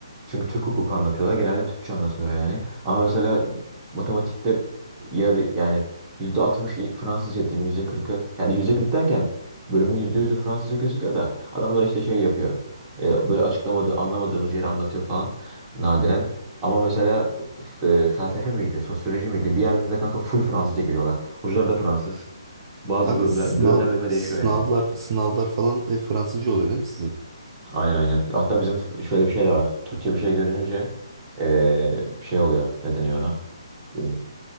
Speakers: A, on the right (about 15°); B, on the right (about 40°).
A: çünkü Türk hukuku anlatıyorlar. Genelde Türkçe anlatılıyor yani. Ama mesela matematikte yarı yani %60 Fransızca diyeyim %40'ı. Yani %40 derken bölümün %100'ü Fransızca gözüküyor da adamlar işte şey yapıyor. E, böyle açıklamadığı anlamadığımız yeri anlatıyor falan nadiren. Ama mesela e, felsefe miydi, sosyoloji miydi? Bir yerde kanka full Fransızca giriyorlar. Hocalar da Fransız. Bazı
B: Kanka
A: bölümler
B: sınav
A: bölümden bölüme
B: sınavlar
A: değişiyor yani.
B: sınavlar falan hep Fransızca oluyor değil mi sizin?
A: Aynen aynen. Hatta bizim f- şöyle bir şey de var. Türkçe bir şey görününce eee, şey oluyor. Ne deniyor ona? Eee,